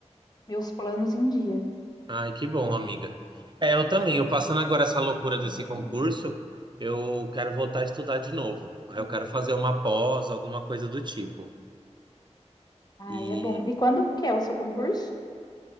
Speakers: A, on the left (about 35°); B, on the right (about 40°).
A: meus planos em dia.
B: Ai, que bom, amiga. É, eu também. Eu passando agora essa loucura desse
A: Tem PCNM.
B: concurso, eu quero voltar a estudar de novo. Aí Eu quero fazer uma pós, alguma coisa do tipo.
A: Ah,
B: E
A: é bom. E quando que é o seu concurso?